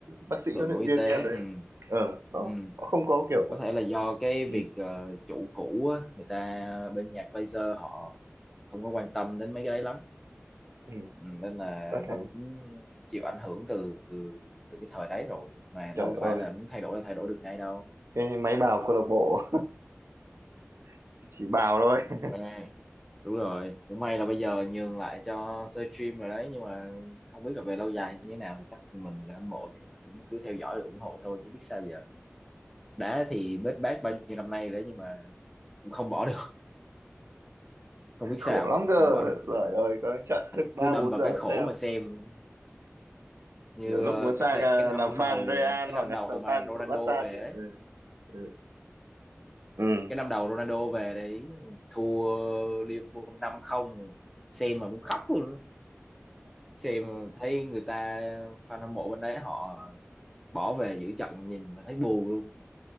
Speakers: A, on the right (about 70°); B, in the centre.
A: bác sĩ
B: đội
A: huấn
B: ngũ
A: luyện
B: y
A: viên
B: tế
A: nha đấy
B: ừ
A: ờ nó
B: ừ
A: họ không có kiểu
B: có thể là do cái
A: ừ,
B: việc ờ, chủ cũ á, người ta bên nhạc laser họ không có quan tâm đến mấy cái đấy lắm
A: ừ,
B: ừ, nên là
A: có thể
B: nó cũng chịu ảnh hưởng từ từ từ cái thời đấy rồi mà
A: trời
B: đâu phải
A: ơi
B: là muốn thay đổi là thay đổi được ngay đâu
A: cái máy bào câu lạc bộ <laughs> chỉ bào thôi
B: Ừ. đúng rồi cũng may là bây giờ nhường lại cho sơ stream rồi đấy nhưng mà không biết là về lâu dài như thế nào thì chắc mình người hâm mộ thì mình cũng cứ theo dõi rồi ủng hộ thôi chứ biết sao giờ đá thì bết bát bao nhiêu năm nay rồi đấy nhưng mà cũng không bỏ được không
A: <laughs>
B: biết
A: khổ
B: sao
A: lắm cơ
B: không bỏ được
A: trời ơi có trận
B: Mà
A: thức
B: thì
A: ba
B: cứ đâm
A: bốn
B: vào
A: giờ
B: cái khổ
A: xem
B: mà xem như
A: nhiều lúc
B: ờ,
A: muốn sang
B: cách đây
A: ờ,
B: cái năm
A: làm fan
B: đầu
A: Real
B: cái năm
A: hoặc là
B: đầu
A: sang
B: mà
A: fan
B: Ronaldo
A: Barca
B: về
A: sẽ
B: ấy
A: ừ, ừ. ừ.
B: cái năm đầu Ronaldo về đấy thua Liverpool năm không xem mà muốn khóc luôn xem thấy người ta fan hâm mộ bên đấy họ bỏ về giữa trận nhìn mà thấy bù luôn